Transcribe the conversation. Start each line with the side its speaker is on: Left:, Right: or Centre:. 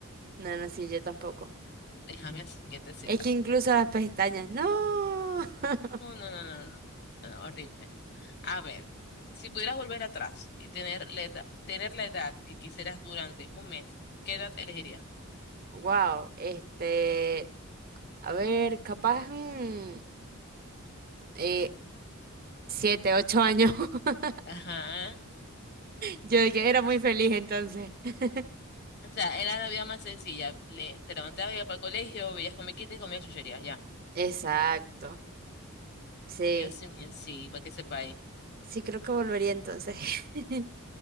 Right: No, no, sí, yo tampoco.
Left: déjame así, quietecita.
Right: Es que incluso las pestañas, no. <laughs>
Left: No, no, no, no, no. No, no, horrible. A ver, si pudieras volver atrás y tener la edad, tener la edad que quisieras durante un mes, ¿qué edad elegirías?
Right: Wow, este, a ver, capaz, mm, eh, siete, ocho años. <laughs>
Left: Ajá.
Right: Yo de que era muy feliz entonces. <laughs>
Left: O sea, era la vida más sencilla. Le- te levantabas, ibas para el colegio, veías comiquitas y comías chucherías, ya.
Right: Exacto, sí,
Left: Dios mío, sí, para que sepáis.
Right: sí creo que volvería entonces. <laughs>